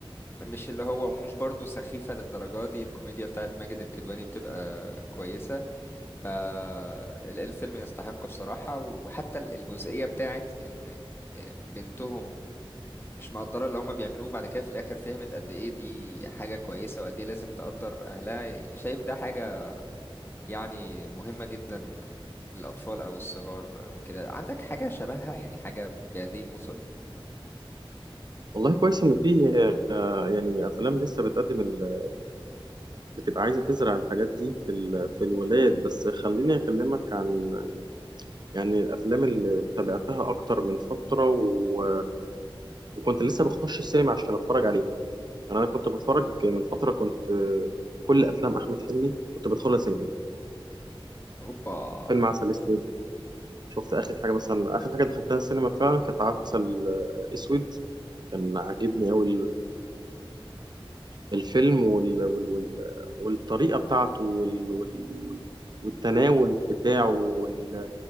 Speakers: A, on the left; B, on the right.
A: مش اللي هو مش برضو سخيفة للدرجة دي الكوميديا بتاعت ماجد الكدواني بتبقى كويسة فالفيلم يستحق بصراحة وحتى ال- الجزئية بتاعت إن آه، بنتهم مش مقدرة اللي هما بيعملوه بعد كده في الآخر فهمت قد إيه دي حاجة كويسة وقد إيه لازم تقدر أهلها شايف ده حاجة يعني مهمة جدا للأطفال أو الصغار وكده عندك حاجة شبهها يعني حاجة بهذه المثل
B: والله كويس إن في آه، يعني أفلام لسه بتقدم ال... بتبقى عايزة تزرع الحاجات دي في ال... في الولايات بس خليني أكلمك عن يعني الأفلام اللي تابعتها أكتر من فترة و... وكنت لسه بخش السينما عشان أتفرج عليها يعني أنا كنت بتفرج من فترة كنت آه، كل أفلام أحمد حلمي كنت بدخلها سينما
A: أوبا
B: فيلم عسل أسود شفت اخر حاجه مثلا اخر حاجه دخلتها السينما فعلا كانت عسل آه، اسود كان عاجبني قوي الفيلم وال... وال... وال... والطريقه بتاعته وال... وال... وال... والتناول بتاعه وال...